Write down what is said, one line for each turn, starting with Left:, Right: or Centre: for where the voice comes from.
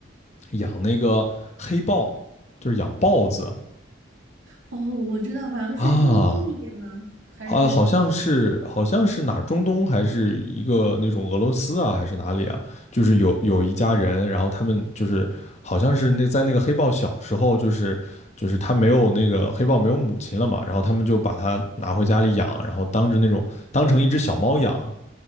Left: 养那个黑豹，就是养豹子，
Right: 哦，我知道，好像是中东那边吗？
Left: 啊，
Right: 还是
Left: 好，好像是，好像是哪儿中东还是一个那种俄罗斯啊，还是哪里啊？就是有有一家人，然后他们就是好像是那在那个黑豹小时候，就是就是他没有那个黑豹没有母亲了嘛，然后他们就把它拿回家里养，然后当着那种当成一只小猫养，